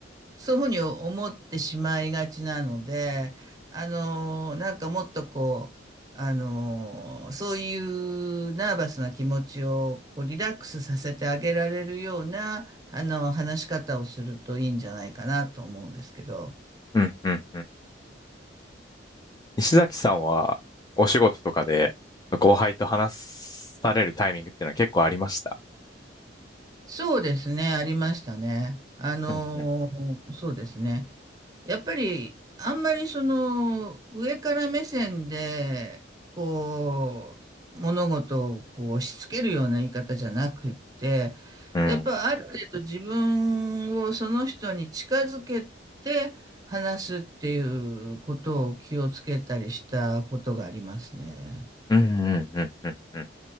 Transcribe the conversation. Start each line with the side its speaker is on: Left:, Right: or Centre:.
Right: そういうふうに思ってしまいがちなので、あの、なんかもっとこう、あの、そういうナーバスな気持ちをこうリラックスさせてあげられるような、あの、話し方をするといいんじゃないかなと思うんですけど。
Left: うん、うん石崎さんは、お仕事とかで、後輩と話されるタイミングっていうのは結構ありました
Right: そうですね、ありましたね。あの、
Left: うん、うん、
Right: そうですね。やっぱり、あんまりその、上から目線で、こう、物事をこう押し付けるような言い方じゃなくって、
Left: うん、
Right: やっぱある程度自分をその人に近づけて話すっていうことを気をつけたりしたことがありますね。
Left: うん、うん、うん、うん